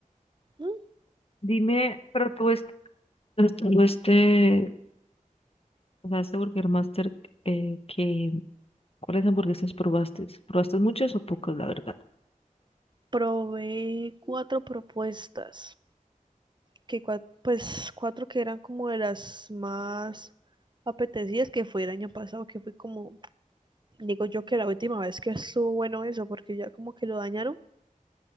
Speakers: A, on the right (about 35°); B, on the left (about 45°).
A: ¿Mm?
B: Dime, pero tú, este, tú este, O sea, este Burger Master, eh, que, ¿cuáles hamburguesas probaste? ¿Probaste muchas o pocas, la verdad?
A: Probé cuatro propuestas que cua- pues cuatro que eran como de las más apetecidas que fue el año pasado, que fue como, digo yo que la última vez que estuvo bueno eso, porque ya como que lo dañaron.